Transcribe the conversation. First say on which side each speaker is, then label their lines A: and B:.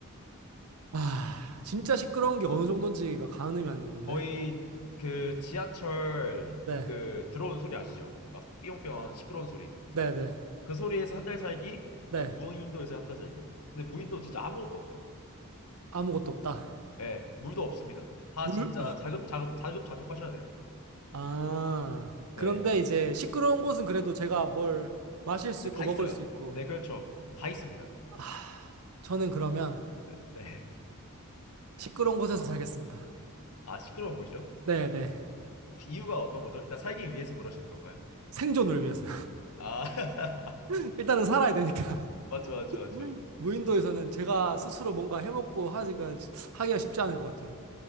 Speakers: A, on the right; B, on the left.
A: 아, 진짜 시끄러운 게 어느 정도인지가 가늠이 안 오는데.
B: 거의 그 지하철
A: 네,
B: 그 들어오는 소리 아시죠? 막 삐용삐용 하는 시끄러운 소리.
A: 네, 네,
B: 그 소리에서 한 달 살기
A: 네.
B: 아니 무인도에서 한 달 살기. 근데 무인도 진짜 아무것도 없어요.
A: 아무것도 없다.
B: 예, 물도 없습니다. 다
A: 물?
B: 진짜 자급, 자급, 자급자족 하셔야 돼요.
A: 아,
B: 네.
A: 그런데 이제 시끄러운 곳은 그래도 제가 뭘 마실 수
B: 네,
A: 있고
B: 다
A: 먹을
B: 있어요.
A: 수 있고.
B: 네, 그렇죠. 다 있습니다.
A: 아, 저는 그러면
B: 네, 네.
A: 시끄러운 곳에서 살겠습니다.
B: 아, 시끄러운 곳이요?
A: 네, 네.
B: 혹시 이유가 어떤 거죠? 일단 살기 위해서 그러시는 건가요?
A: 생존을 위해서.
B: 아, <laughs>
A: <laughs> 일단은 살아야 되니까.
B: 맞죠, 맞죠, 맞죠.
A: <laughs> 무인도에서는 제가 스스로 뭔가 해먹고 하기가, 하기가 쉽지 않을 것 같아요.